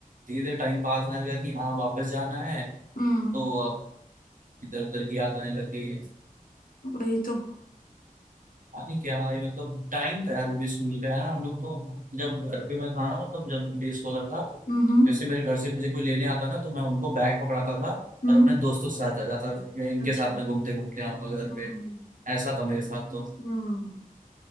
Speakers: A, on the right (about 65°); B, on the left (about 75°).
A: धीरे धीरे टाइम पास आने लगा कि हाँ वापस जाना है
B: हम्म
A: तो अब इधर उधर की याद आने लग गई है
B: वही तो
A: अरे क्या ये मतलब टाइम था यार वो भी स्कूल का है ना हम लोग तो जब घर पे मैं था ना मतलब जब डे स्कॉलर था
B: हम्म
A: जैसे मेरे घर से मुझे कोई लेने आता ना तो मैं उनको बैग पकड़ाता था
B: हम्म
A: और अपने दोस्तों के साथ जा जाता था या इनके
B: अच्छा
A: साथ में घूमते घूमते आऊंगा घर
B: हम्म
A: पे ऐसा था मेरे साथ तो
B: हम्म